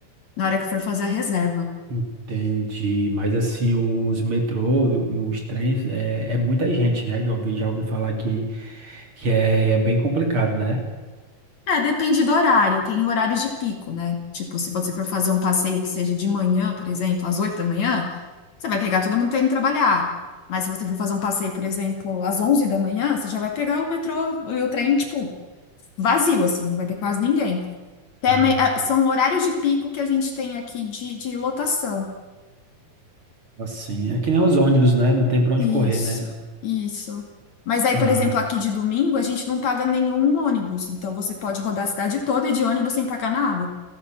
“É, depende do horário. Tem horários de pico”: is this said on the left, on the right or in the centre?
Left